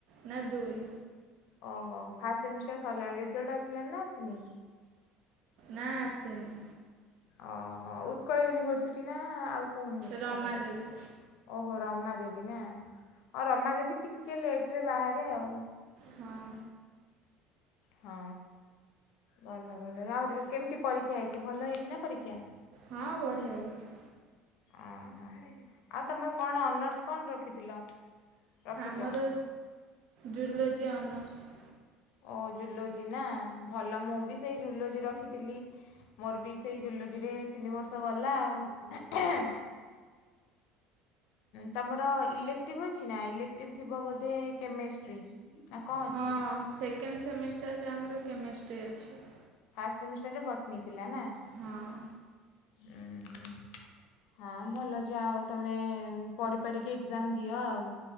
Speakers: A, on the right; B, on the left.
A: ନା ଦୁଇ
B: ଓହୋ ଫାଷ୍ଟ ସେମିଷ୍ଟାର୍ ସରିଲାଣି ରେଜଲ୍ଟ ଆସିଲାନି ନା ଆସିନି?
A: ନା ଆସେନି।
B: ଅ ହଁ ଉତ୍କଳ ୟୁନିଭର୍ସିଟି ନା ଆଉ କୋ ୟୁନିଭେର୍ସିଟି
A: ରମା
B: ତମର।
A: ଦେବୀ
B: ଓହୋ ରମା ଦେେବୀ ନା ଅ ରମାଦେବୀ ଟିକ ଟିକିଏ ଲେଟ୍ ରେ ବାହାରେ ଆଉ।
A: ହଁ।
B: ହଁ ଭଲ ଭଲ। ଆହୁରି କେମିତି ପରୀକ୍ଷା ହେଇଛି ଭଲ ହେଇଛି ନା ପରୀକ୍ଷା?
A: ହଁ ବଢ଼ିଆ ହେଇଚି।
B: ଅ ହ। ଆଉ ତମର କଣ ଅନର୍ସ କଣ ରଖିଥିଲ? ରଖିଛ
A: ଆମର ଜୁଲୋଜି ଅନର୍ସ।
B: ଓ ଜୁଲୋଜି ନା ଭଲ ମୁଁ ବି ସେଇ ଜୁଲୋଜି ରଖିଥିଲି। ମୋର ବି ସେଇ ଜୁଲୋଜିରେ ତିନି ବର୍ଷ ଗଲା ଆଉ। <unintelligible> ତମର ଇଲେକ୍ଟିଭ୍ ଅଛି ନା ଇଲେକ୍ଟିଭ୍ ଥିବ ବୋଧେ କେମେଷ୍ଟ୍ରି। ନା କଣ
A: ହଁ
B: ଅଛି?
A: ସେକେଣ୍ଡ ସେମିଷ୍ଟାରରେ ଆମର କେମିଷ୍ଟ୍ରି ଅଛି।
B: ଫାଷ୍ଟ ସେମିଷ୍ଟରରେ ବଟ୍‌ନି ଥିଲା ନା।
A: ହଁ
B: ହୁଁ ହୁ। ହଁ ଭଲ ଯାଆ ହେଉ ତମେ ପଡ଼ି ପାଡ଼ିକି ଏକ୍ଜାମ ଦିଅ ଆଉ।